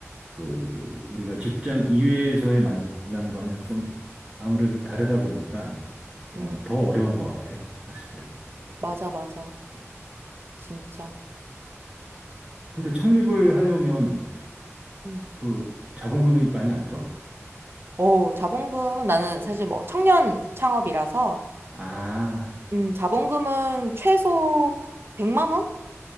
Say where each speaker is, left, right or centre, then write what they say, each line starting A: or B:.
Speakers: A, on the right; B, on the right.
A: 그 우리가 직장 이외에서의 만남과는 좀 아무래도 다르다 보니까 어,
B: 음,
A: 더 어려운 것 같아 사실은.
B: 맞아, 맞아. 진짜.
A: 근데 창립을 하려면
B: 음.
A: 그 자본금이 많이 안 들어?
B: 오 자본금은 나는 사실 뭐 청년 창업이라서,
A: 아,
B: 음, 자본금은 최소 100만 원?